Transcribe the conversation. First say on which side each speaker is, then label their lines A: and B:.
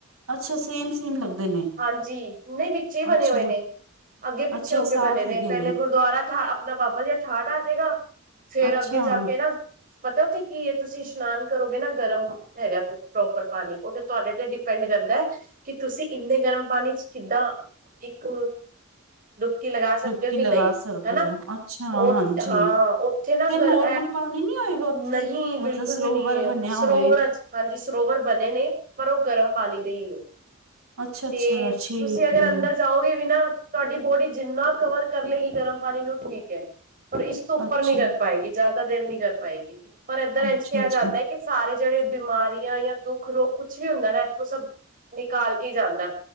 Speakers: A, on the right; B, on the right.
A: ਅੱਛਾ ਸੇਮ ਸੇਮ ਲੱਗਦੇ ਨੇ
B: ਹਾਂਜੀ ਨਹੀਂ ਵਿੱਚੇ ਹੀ ਬਣੇ
A: ਅੱਛਾ
B: ਹੋਏ ਨੇ ਅੱਗੇ ਪਿੱਛੇ
A: ਅੱਛਾ
B: ਹੋ
A: ਇੱਕ
B: ਕੇ
A: ਸਾਥ
B: ਬਣੇ
A: ਹੈਗੇ
B: ਦੇ, ਪਹਿਲੇ
A: ਨੇ
B: ਗੁਰਦੁਆਰਾ ਠਾ ਆਪਣਾ ਬਾਬਾ ਜੀ ਅ ਠਾਠ ਆ ਜੇ ਗਾ ਫੇਰ
A: ਅੱਛਾ
B: ਅੱਗੇ ਜਾ ਕੇ ਨਾ ਪਤਾ ਉੱਥੇ ਕੀ ਐ ਤੁਸੀਂ ਇਸ਼ਨਾਨ ਕਰੋਗੇ ਨਾ ਗਰਮ ਹੈਗਾ ਪ੍ਰੋਪਰ ਪਾਣੀ, ਉਹ ਤੇ ਤੁਹਾਡੇ ਤੇ ਡਿਪੈਂਡ ਕਰਦਾ ਕਿ ਤੁਸੀਂ ਇੰਨੇ ਗਰਮ ਪਾਣੀ ਚ ਕਿੱਦਾਂ ਇੱਕ ਡੁਬਕੀ ਲਗਾ ਸਕਦੇ
A: ਡੁਬਕੀ
B: ਹੋ ਕਿ
A: ਲਗਾ
B: ਨਹੀਂ
A: ਸਕਦੇ
B: ਹਨਾ,
A: ਹੋ ਅੱਛਾ
B: ਉਹ
A: ਹਾਂਜੀ
B: ਹਾਂ ਉੱਥੇ ਨਾ
A: ਤੇ
B: ਗਰ
A: ਨੋਰਮਲ ਪਾਣੀ ਨੀ ਹੋਏਗਾ ਉੱਥੇ
B: ਨਹੀਂ ਬਿਲਕੁਲ
A: ਮਤਲਬ ਸਰੋਵਰ
B: ਵੀ ਨਹੀਂ ਹੈ ਉੱਥੇ
A: ਬਣਿਆ
B: ਸਰੋਵਰਾ
A: ਹੋਵੇ
B: ਜ ਹਾਂਜੀ ਸਰੋਵਰ ਬਣੇ ਨੇ ਪਰ ਉਹ ਗਰਮ ਪਾਣੀ ਦੇ ਹੀ ਨੇ,
A: ਅੱਛਾ
B: ਤੇ
A: ਅੱਛਾ ਠੀਕ
B: ਤੁਸੀਂ ਅਗਰ
A: ਏ
B: ਅੰਦਰ ਚਾਹੋਗੇ ਵੀ ਨਾ ਤੁਹਾਡੀ ਬੋਡੀ ਜਿੰਨਾ ਕਵਰ ਕਰ ਲਏਗੀ ਗਰਮ ਪਾਣੀ ਨੂੰ ਠੀਕ ਹੈ। ਪਰ ਇਸ ਤੋਂ ਉੱਪਰ
A: ਅੱਛਾ
B: ਨੀ ਕਰ ਪਾਏਗੀ ਜ਼ਿਆਦਾ ਦੇਰ ਨੀ ਕਰ ਪਾਏਗੀ, ਪਰ ਇੱਧਰ
A: ਅੱਛਾ
B: ਇੰਜ ਕਿਹਾ
A: ਅੱਛਾ
B: ਜਾਂਦਾ ਏ ਕੀ ਕਿ ਸਾਰੇ ਜਿਹੜੇ ਬਿਮਾਰੀਆਂ ਜਾਂ ਦੁੱਖ, ਰੋਗ ਕੁਛ ਵੀ ਹੁੰਦਾ ਨਾ ਇੱਥੋਂ ਸਭ ਨਿਕਾਲ ਕੇ ਈ ਜਾਂਦਾ